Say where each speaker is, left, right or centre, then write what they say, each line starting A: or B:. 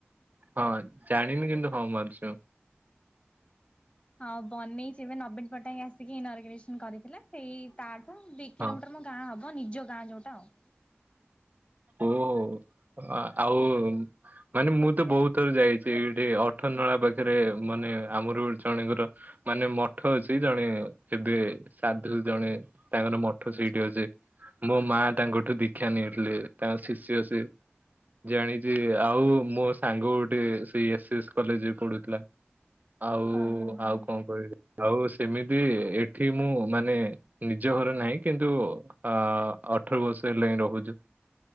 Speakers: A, on the right; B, on the left.
A: ହଁ ଜାଣିନି କିନ୍ତୁ ହଁ ମାରୁଚ।
B: ହଁ ବନେଇଚି ଏବେ ନବୀନ ପଟ୍ଟନାୟକ ଆସିକି ଏ ଇନଅରଗ୍ରେସନ୍ କରିଥିଲେ। ସେଇ ତାଠୁ ଦି କିଲୋମିଟର୍
A: ହଁ
B: ମୋ ଗାଁ ହବ ନିଜ ଗାଁ ଯୋଉଟା ଆଉ।
A: ଓହୋ ଆ ଆଉ ମାନେ ମୁଁ ତ ବହୁତ ଥର ଯାଇଚି ଏଇଠି ଅଠରନଳା ପାଖରେ ମାନେ ଆମର ଉ ଜଣେଙ୍କର ମାନେ ମଠ ଅଛି ଜଣେ ଏବେ ସାଧୁ ଜଣେ ତାଙ୍କର ମଠ
B: ଆଚ୍ଛା
A: ସେଇଠି ଅଛି। ମୋ ମା ତାଙ୍କଠୁ ଦୀକ୍ଷା ନେଇଥିଲେ ତାଙ୍କ ଶିଷ୍ୟ ସେ। ଜାଣିଚି ଆଉ ମୋ ସାଙ୍ଗ ଗୋଟେ ସେଇ ଏସ୍ ଏସ୍ କଲେଜ୍ ରେ ପଢୁ଼ଥୁଲା। ଆଉ
B: ଓହୋ ହଁ
A: ଆଉ କଣ କହିବି? ଆଉ ସେମିତି ଏଠି ମୁଁ ମାନେ ନିଜ ଘରେ ନାଇଁ। କିନ୍ତୁ ଅ ଅଠର ବର୍ଷ ହେଲାଇଁ ରହୁଚୁ।